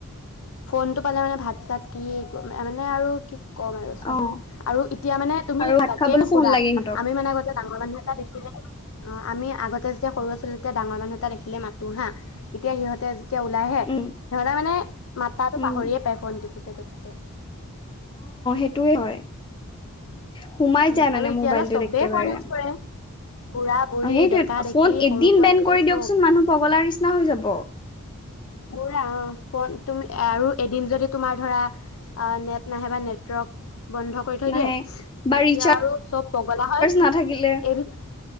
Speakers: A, on the left (about 65°); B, on the left (about 20°).
A: ফোনটো পালে মানে ভাত চাত কি মানে আৰু কি ক'ম আৰু চোৱাচোন
B: অ
A: আৰু এতিয়া মানে তুমি
B: আৰু ভাত
A: তাকে
B: খাবলৈ
A: নো
B: ফোন
A: সোধা
B: লাগে সিহঁতক
A: আমি মানে আগতে ডাঙৰ মানুহ এটা দেখিলে অ' আমি আগতে যেতিয়া সৰু ল'ৰা ছোৱালীতে ডাঙৰ মানুহ এটা দেখিলে মাতো হা এতিয়া সিহঁতে, এতিয়া ওলাইহে
B: উম
A: সিহঁতে মানে মাটাটো
B: উম
A: পাহৰিয়ে পায় ফোন টিপুতে-টিপুতে।
B: সেইটোৱে হয়। সোমাই
A: উম
B: যাই মানে
A: আৰু এতিয়ালৈ
B: মোবাইলটোত
A: চবেই
B: একেবাৰে,
A: ফোন ইউজ কৰে বুঢ়া বুঢ়ী
B: অ সেইটো
A: ডেকা ডেকি
B: ফোন এদিন
A: সৰু পোৱালি
B: বেন কৰি
A: চব
B: দিয়কচোন মানুহ পগলাৰ নিচিনা হৈ যাব।
A: পোৰা তুমি আৰু এদিন যদি তোমাৰ ধৰা অ' নেট নাহে বা নেটৱৰ্ক বন্ধ কৰি থৈ
B: নাহে
A: দিয়ে,
B: বা
A: তেতিয়া
B: ৰিচাৰ্জ
A: আৰু চব পগলা হয়।
B: নাথাকিলে
A: এই